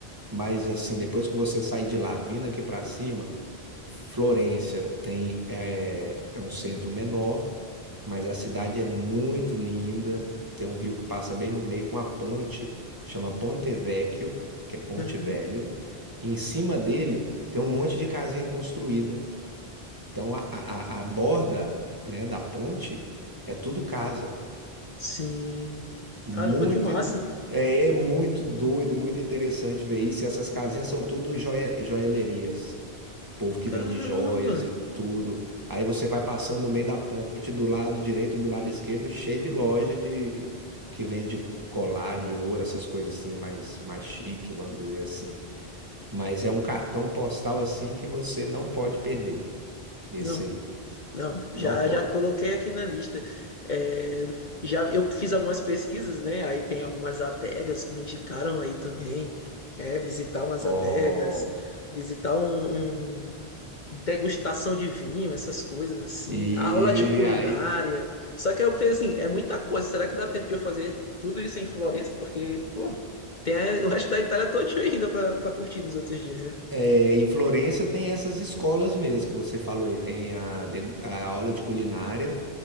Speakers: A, on the right (about 20°); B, on the left (about 50°).
A: Mas assim, depois que você sai de lá, vindo aqui para cima Florência tem é, é um centro menor, mas a cidade é muito linda. Tem um rio que passa bem no meio com a ponte, chama Ponte Vecchio, que é Ponte
B: Uhum.
A: Velho. E em cima dele tem um monte de casinha construída. Então a, a, a borda, né, da ponte é tudo casa.
B: Sim.
A: Muito
B: Caramba, que massa.
A: in- é, é muito doido, muito interessante ver isso. E essas casinhas são tudo joia, joalherias povo que
B: Caramba.
A: vende joias e tudo. Aí você vai passando no meio da ponte, do lado direito e do lado esquerdo, cheio de loja de que vende colar de ouro, essas coisas assim mais mais chique, vamos dizer assim. Mas é um cartão postal assim que você não pode perder. Esse
B: Não,
A: aí,
B: Não,
A: não
B: já,
A: pode.
B: já coloquei aqui na lista. É, já eu fiz algumas pesquisas, né? Aí tem algumas adegas que me indicaram aí também. É, visitar umas
A: Ó,
B: adegas, visitar um, um- degustação de vinho, essas coisas assim,
A: e
B: aula de culinária.
A: aí
B: Só que eu pensei assim, é muita coisa. Será que dá tempo de eu fazer tudo isso em Florença? Porque, pô, tem a- o resto da Itália todinho ainda pra, pra curtir nos outros dias, né?
A: é, em Florença tem essas escolas mesmo que você falou aí, tem a, de- a aula de culinária